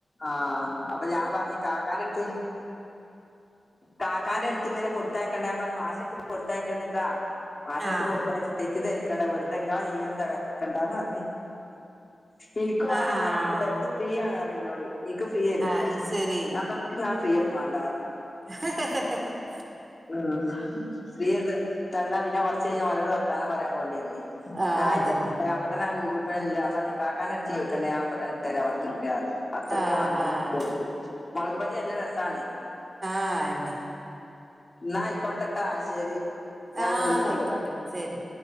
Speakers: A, on the left; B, on the right.
A: ആ അപ്പൊ ഞാൻ പറഞ്ഞു കാക്കാന്റെ എട്ത്ത് കാക്കാന്റെ ഇങ്ങനെ കൊടുത്തക്കണ്ട ഞാൻ പറഞ്ഞു മാഷെട്ത്ത് കൊടുത്തായകര്ത്ടോ മഷെട്ത്ത്
B: ആഹ്
A: കൊടുത്തയച്ച തെറ്റ് ധരിക്കും ക്കണ്ട വെറുതെ ഇങ്ങളെ ജീവിതം തകർക്കണ്ട ണ്ടന്ന് പറഞ്ഞു ഇനിക്ക് വണെങ്കിൽ
B: ആഹ് ആഹ്
A: ഞൻ അയിലെ വരണ്ട് ഇനിക്ക് ഫ്രീയാണ് പറയും ഇന്നോട് ഇനിക്ക് ഫ്രീ <unintelligible>
B: അത് ശരി
A: ഞാൻ പറഞ്ഞു ഇക്ക് ഇങ്ങളെ ഫ്രീഒന്നും വാണ്ട
B: <inaudible>
A: ആ ഫ്രീ തന്നാ പിന്നെ കൊറച്ചഴിഞ്ഞാ ഓലോട് വർത്താനം പറയാൻ പോണ്ടി വരു <unintelligible>
B: ആഹ് അതന്നെ
A: കാക്കാന്റെ എടുത്ത് ചോദിക്കണ്ട ഞാൻ ഇപ്പത്തന്നെ ഇട്ടെര പുത്തുരുപ്യ <unintelligible> പത്തുറുപ്യ
B: ആഹ്
A: പന്ത്രണ്ട്
B: ആഹ്
A: റുപ്യ മുളക് ബജി നല്ലെ രസാണ്
B: ആ അന്നെ
A: നാ അയ്ക്കോടെടാ ശരി ഞാനങ്ങട്
B: ആ
A: വിളിക്കണ്ട്
B: ന്നയിക്കോട്ടെ ശരി